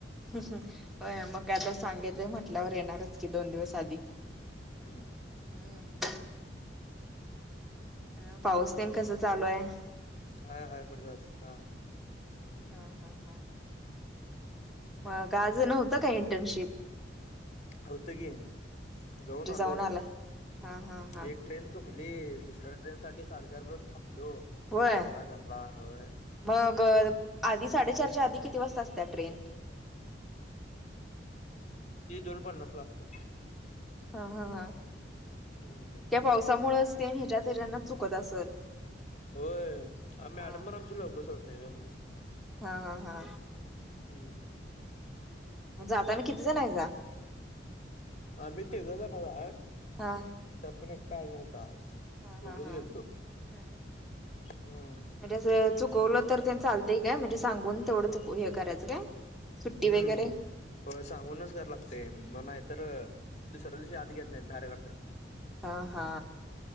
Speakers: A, in the centre; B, on the left.
A: होय मग काय आता सांगितलंय म्हटल्यावर येणारचं की दोन दिवस आधी.
B: हम्म
A: हम्म ह पाऊस
B: हा
A: तेन कसं चालू आहे?
B: हाय हाय पडतात, हा
A: हा हा हा.
B: हम्म
A: मग आज नव्हतं काय इंटर्नशिप?
B: आलत कि,
A: म्हणजे
B: जाऊन आलो.
A: आलाय? हा हा हा
B: एक ट्रेन चुकली दुसऱ्या ट्रेन साठी साडेचार पर्यंत थांबलो,
A: होय
B: पाच ला घरला. होय
A: मग आधी साडेचारच्या आधी किती वाजता असत्या ट्रेन?
B: ती दोन पन्नास ला असत्या.
A: हा, हा, हा.
B: हम्म
A: त्या पावसामुळेच तेन, हेज्या-तेज्यान चुकत असल.
B: होय, मॅडम
A: हा
B: पन आमची लवकर सोडत नाही ग म्हणून.
A: हा हा हा
B: हम्म
A: म जाताना किती जण हायिसा?
B: आम्ही तिघ जणच हाय.
A: हा
B: त्यात पण एकटा आला नव्हता आज.
A: हा
B: दोघच
A: हा हा
B: गेलतो.
A: हम्म.
B: हम्म
A: म्हणजे असं, चुकवलं तर तेन चालतंय काय म्हणजे सांगून तेवढं चुक हे करायचं काय? सुट्टी
B: हम्म
A: वगैरे
B: होय सांगूनच करांयला लागतय, नाहीतर दुसऱ्या दिवशी आत घेत नाहीत बाहेर काढत्यात.
A: हा हा